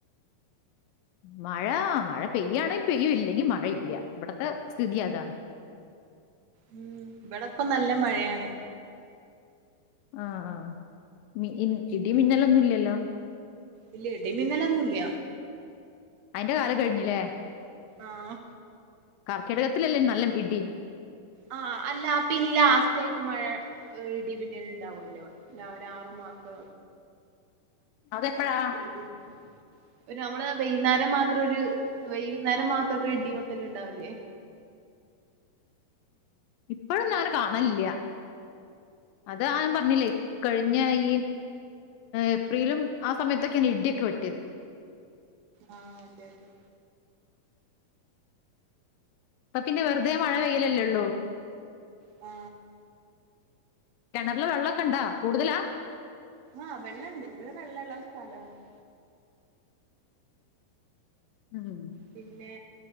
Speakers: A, on the left; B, on the right.
A: മഴ മഴ പെയ്യാണെ പെയ്യും ഇല്ലെങ്കി മഴ ഇല്ല ഇവിടത്തെ സ്ഥിതി അതാ <inaudible>
B: ഉം ഇവിടെപ്പം നല്ല മഴയാണ്
A: ആഹ് ആഹ് മി ഇൻ ഇടി മിന്നലൊന്നുംല്ലല്ലോ?
B: ഇല്ല ഇടി മിന്നലൊന്നുല്ല്യ
A: അയിന്റെ കാലം കഴിഞ്ഞിലേ
B: ആഹ്
A: കർക്കിടകത്തിലല്ലേ നല്ല ഇടി
B: ആ അല്ല പിന്നെ ഈ ലാസ്റ്റായിട്ട് മഴ ഇടിമിന്നൽ ഇണ്ടാവുവല്ലോ ഒരാറ് മാ മാസോ
A: അതെപ്പോഴാ
B: <unintelligible> ഒരു നമ്മള് വൈന്നേരം മാത്രം ഒരു വൈകുന്നേരം മാത്രം ഒരു ഇടിവെട്ടല് ഇണ്ടാവില്ലേ?
A: <inaudible> ഇപ്പഴൊന്നു അങ്ങനെ കാണലില്ല. അത് <unintelligible> ഞാ ൻ പറഞ്ഞില്ലേ കഴിഞ്ഞായി ഏപ്രിലും ആ സമയത്തൊക്കെയാണ് ഇടിയൊക്കെ വെട്ടിയത്
B: ആ അതെ അതെ
A: ഇപ്പ പിന്നെ വെറുതെ മഴ പെയ്യലല്ലേ ള്ളു
B: ആ
A: കിണറിലെ വെള്ളമൊക്കെ ഇണ്ടാ കൂടുതലാ
B: ആ വെള്ളണ്ട് ഇവിടെ വെള്ളംള്ള സ്ഥലാണ്
A: ഉം
B: പിന്നെ